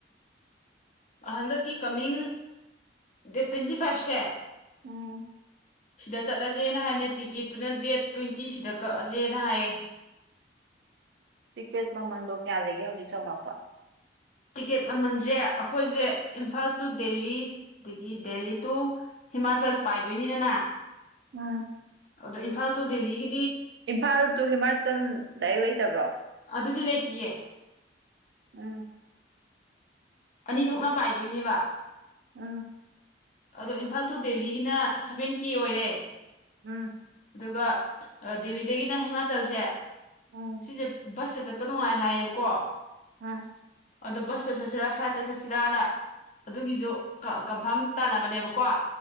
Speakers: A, on the left; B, on the right.
A: ꯍꯟꯗꯛꯀꯤ ꯀꯃꯤꯡ ꯗꯦꯠ ꯇ꯭ꯋꯦꯟꯇꯤ ꯐꯥꯏꯚꯁꯦ
B: ꯎꯝ
A: ꯁꯤꯗ ꯆꯠꯂꯖꯦꯅ ꯍꯥꯏꯕꯅꯦ ꯇꯤꯀꯦꯠꯇꯨꯅ ꯗꯦꯠ ꯇ꯭ꯋꯦꯟꯇꯤ ꯁꯤꯗ ꯀꯛꯑꯁꯦꯅ ꯍꯥꯏꯌꯦ
B: ꯇꯤꯀꯦꯠ ꯃꯃꯟꯗꯣ ꯀꯌꯥ ꯂꯩꯒꯦ ꯍꯧꯖꯤꯛ ꯆꯥꯎꯔꯥꯛꯄ
A: ꯇꯤꯛꯀꯦꯠ ꯃꯃꯜꯖꯦ ꯑꯩꯈꯣꯏꯁꯦ ꯏꯝꯐꯥꯜ ꯇꯨ ꯗꯦꯜꯂꯤ ꯑꯗꯒꯤ ꯗꯦꯜꯂꯤ ꯇꯨ ꯍꯤꯃꯥꯆꯜ ꯄꯥꯏꯗꯣꯏꯅꯤꯅꯅ
B: ꯎꯝ
A: ꯑꯗꯣ ꯏꯝꯐꯥꯜ ꯇꯨ ꯗꯦꯜꯂꯤꯒꯤ
B: ꯏꯝꯐꯥꯜ ꯇꯨ ꯍꯤꯃꯥꯆꯜ ꯗꯥꯏꯔꯦꯛ ꯂꯩꯇꯕ꯭ꯔꯣ
A: ꯑꯗꯨꯗꯤ ꯂꯩꯇꯦꯌꯦ
B: ꯎꯝ
A: ꯑꯅꯤ ꯊꯣꯛꯅ ꯄꯥꯏꯗꯣꯏꯅꯦꯕ
B: ꯎꯝ
A: ꯑꯗꯣ ꯏꯝꯐꯥꯜ ꯇꯨ ꯗꯦꯜꯂꯤꯒꯤꯅ ꯁꯚꯦꯟ ꯀꯦ ꯑꯣꯏꯔꯦ
B: ꯎꯝ
A: ꯑꯗꯨꯒ ꯗꯦꯜꯂꯤꯗꯒꯤꯅ ꯍꯤꯃꯥꯆꯜꯁꯦ
B: ꯎꯝ
A: ꯁꯤꯁꯦ ꯕꯁ ꯗ ꯆꯠꯄ ꯅꯨꯡꯉꯥꯏ ꯍꯥꯏꯌꯦꯕꯀꯣ
B: ꯎꯝ
A: ꯑꯗꯣ ꯕꯁꯇ ꯆꯠꯁꯤꯔꯥ ꯐ꯭ꯂꯥꯏꯠꯇ ꯆꯠꯁꯤꯔꯥꯅ ꯑꯗꯨꯒꯤꯁꯨ ꯀꯟꯐꯥꯝ ꯇꯥꯟꯅꯕꯅꯦꯕꯀꯣ